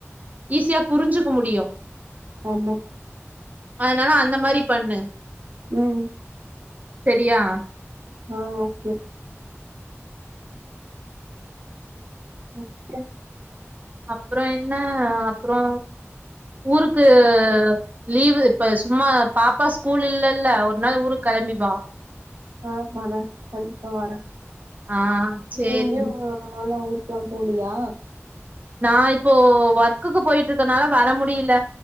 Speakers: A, on the right (about 35°); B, on the right (about 80°).
A: ஈஸியா புரிஞ்சுக்க முடியு
B: ஆமா
A: அதுனால அந்த மாரி பண்ணு
B: ம்
A: செரியா
B: ஆ ஓகே நெக்ஸ்டு
A: அப்புற என்ன அப்புறோ ஊருக்கு லீவு இப்ப சும்மா பாப்பா ஸ்கூல் இல்லல்ல ஒரு னா ஊருக் கெளம்பி வா
B: ஆமாள கண்டிப்பா வரே
A: ஆ
B: நீ
A: சேரிடி
B: எங்கேயு <unintelligible> ஊருக் லா போனியா
A: நா இப்போ ஒர்க்குக்கு போயிட்டு இருக்கனால வர முடியல